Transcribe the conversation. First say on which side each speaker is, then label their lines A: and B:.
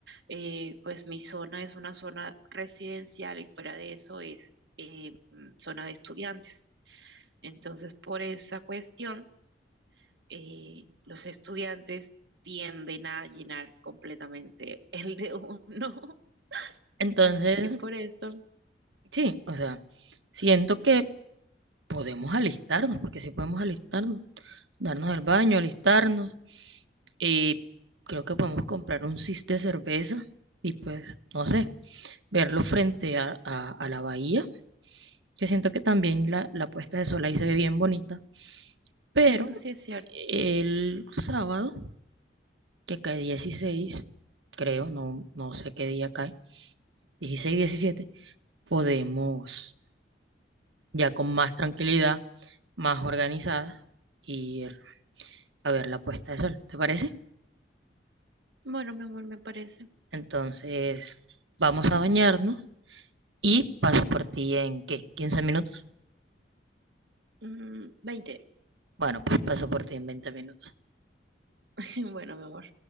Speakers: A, on the right; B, on the right.
A: Eh, pues mi zona es una zona residencial y fuera de eso es eh, zona de estudiantes. Entonces, por esa cuestión, eh, los estudiantes tienden a llenar completamente <laughs> el de uno. <laughs>
B: Entonces,
A: Así que por eso,
B: sí, o sea, siento que podemos alistarnos, porque sí podemos alistarnos. darnos el baño, alistarnos. Y creo que podemos comprar un cis de cerveza y pues, no sé, verlo frente a, a- a la bahía. Yo siento que también la, la puesta de sol ahí se ve bien bonita. Pero
A: eso sí es cierto.
B: el sábado, que cae 16 creo, no, no sé qué día cae, dieciséis diecisiete podemos ya con más tranquilidad, más organizada, ir a ver la puesta de sol. ¿Te parece?
A: Bueno, mi amor, me parece.
B: Entonces, vamos a bañarnos y paso por ti en ¿qué? quince minutos?
A: mm, 20.
B: Bueno, pues paso por ti en 20 minutos.
A: <laughs> Bueno, mi amor.